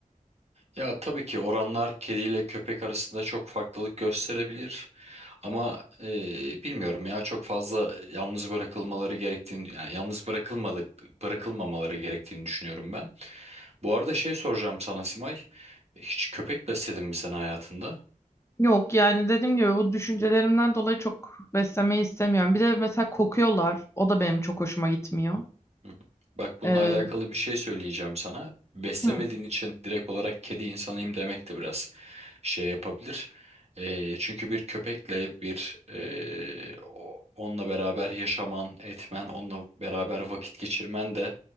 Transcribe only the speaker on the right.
ya tabii ki oranlar kediyle köpek arasında çok farklılık gösterebilir ama e, bilmiyorum ya çok fazla yalnız bırakılmaları gerektiğini yani yalnız bırakılmadık bırakılmamaları gerektiğini düşünüyorum ben. Bu arada şey soracağım sana Simay. Hiç köpek besledin mi sen hayatında?
Hı. hı. Bak bununla
alakalı bir şey söyleyeceğim sana. Beslemediğin
için direkt olarak kedi insanıyım demek de biraz şey yapabilir. E, çünkü bir köpekle bir e, o- onunla beraber yaşaman, etmen, onunla beraber vakit geçirmen de